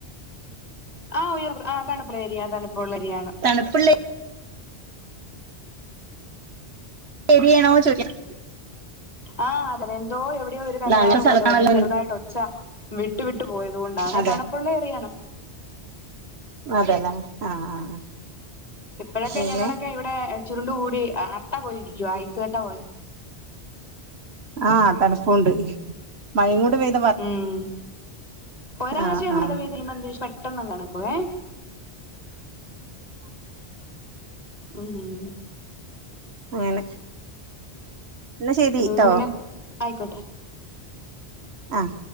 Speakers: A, on the left; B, on the right.
A: ആഹ് ഉയർ ആഹ് തണുപ്പുള്ളെരിയ തണുപ്പുള്ളള്ളെരിയാണ്
B: തണുപ്പുള്ളെ ഏരിയണോ ചോര്യാണം
A: ആഹ് അതെ അതെ എന്തോ എവിടെയോ ഒരു
B: അല്ല
A: തകരാറ്
B: അങ്ങനത്തെ സ്ഥലത്താണല്ലോ
A: പോലെ വന്നു ചെറുതായിട്ട് ഒ ച്ചാ വിട്ടു വിട്ടു പോയത് കൊണ്ടാണേ
B: അതെ
A: തണുപ്പുള്ളേ എറിയാണ്
B: അതെല്ല ആഹ് ആഹ് ആഹ്
A: ഇപ്പോഴൊക്കെ
B: പിന്നെ
A: ഞങ്ങളൊക്കെ ഇവിടെ ചുരുണ്ട് കൂടി അട്ട പോലിരിക്കുവ ഐസ്സുകട്ട പോലെ
B: ആഹ തണുപ്പോണ്ട് മഴ കൂടെ പെയ്
A: ഉം ഉം ഒരാഴ്ച
B: ആഹ്
A: മഴ
B: ആഹ്
A: <unintelligible> പെട്ടന്നങ്ങു തണക്കുവേ ഉം ഉം
B: അങ്ങനെ എന്നാ ശരിട്ടോ
A: അതുകൊണ്ട് പിന്നെ ആയിക്കോട്ടെ
B: ആഹ്